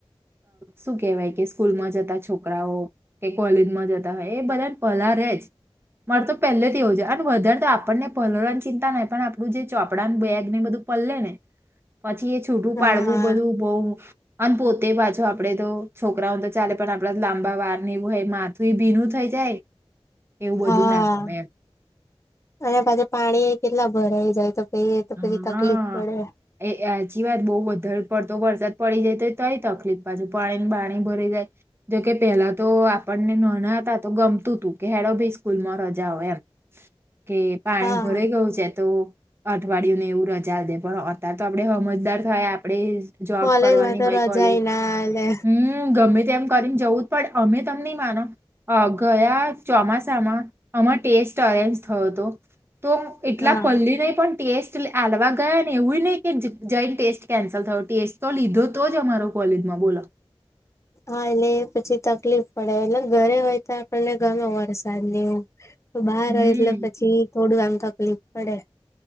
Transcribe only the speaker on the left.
હા
હા
અને પાછા પાણી કેટલા ભરાઈ જાય તો. પહી તો
પછી તકલીફ પડે
હા
કોલેજમાં
તો
રજાએ
ના આલે
હા
હા એટલે એ પછી તકલીફ પડે એટલે ઘરે હોય તો આપણને ગમે વરસાદને એવું તો બહાર
હોય એટલે પછી થોડું એમ તકલીફ પડે.